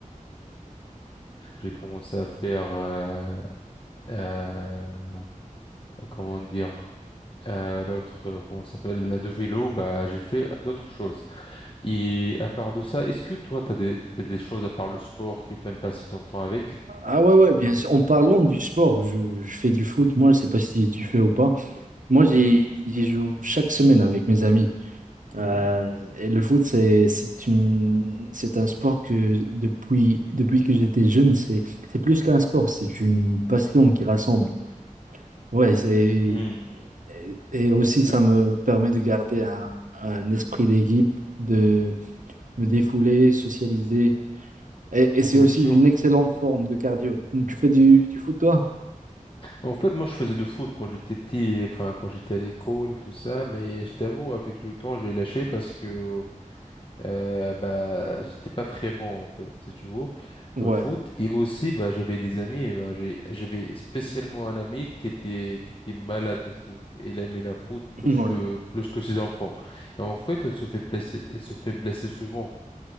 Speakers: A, on the left; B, on the right.
A: J'ai commencé à faire, euh, euh, comment dire, Euh, l'autre, euh, comment ça s'appelle, la de vélo, bah, j'ai fait d'autres choses. Et à part de ça, est-ce que toi, t'as des, t'as des choses à part le sport que t'aimes passer ton temps avec?
B: Ah ouais, ouais, bien sûr. En parlant du sport, je, je fais du foot. Moi, je sais pas si tu fais ou pas. Moi, j'y
A: Mhm,
B: j'y joue chaque semaine avec mes amis. Euh,
A: mhm,
B: et le foot, c'est, c'est une, c'est un sport que depuis, depuis que j'étais jeune, c'est, c'est plus qu'un sport, c'est une passion qui rassemble. Ouais, c'est,
A: mhm.
B: Et, et aussi, ça
A: Le-
B: me permet de garder un, un esprit d'équipe, de me défouler, socialiser. Et, et c'est
A: Bien
B: aussi
A: sûr.
B: une excellente forme de cardio. Tu fais du, du foot, toi?
A: En fait, moi, je faisais du foot quand j'étais petit, et, enfin, quand j'étais à l'école, tout ça, mais je t'avoue, avec le temps, j'ai lâché parce que Euh, bah, j'étais pas très bon en fait, si tu veux,
B: Ouais,
A: dans le foot. Et aussi, bah, j'avais des amis. et bah, j'ai, j'avais spécialement un ami qui était, qui était malade de foot. Elle aimait la foot plus
B: <laughs> ouais.
A: que, plus que ses enfants. Et en fait, elle se fait blesser, elle se fait blesser souvent.